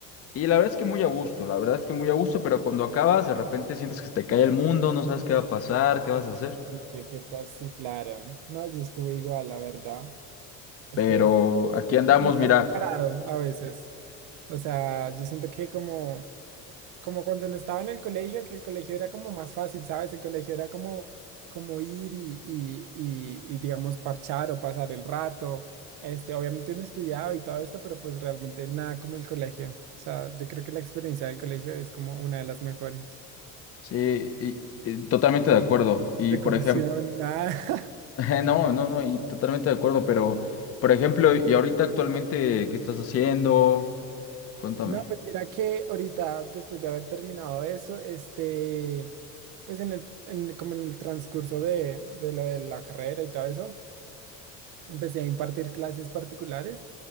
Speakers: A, on the left; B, on the right.
A: y la verdad es que muy a gusto, la verdad es que muy a gusto, pero cuando acabas, de repente sientes que se te cae el mundo, no sabes qué va a pasar, qué vas a hacer.
B: persigue, ¿qué pasa? Sí, claro. No, yo estuve igual, la verdad. Es
A: Pero
B: que es-
A: aquí andamos,
B: uno no está
A: mira,
B: preparado a veces. O sea, yo siento que como como cuando no estaba en el colegio, que el colegio era como más fácil, ¿sabes? El colegio era como, como ir y, y, y, y, digamos, parchar o pasar el rato. Este, obviamente uno estudiaba y todo esto, pero pues realmente nada como el colegio. O sea, yo creo que la experiencia del colegio es como una de las mejores.
A: sí, y- y totalmente de acuerdo. Y
B: Preocupación,
A: por ejemplo,
B: nada. <laughs>
A: <laughs> No, no, no, y totalmente de acuerdo, pero, por ejemplo, y ahorita actualmente, ¿qué estás haciendo? Cuéntame.
B: No, pues mira que ahorita, después de haber terminado eso, este, pues en el, en- como en el transcurso de, de lo de la carrera y todo eso. empecé a impartir clases particulares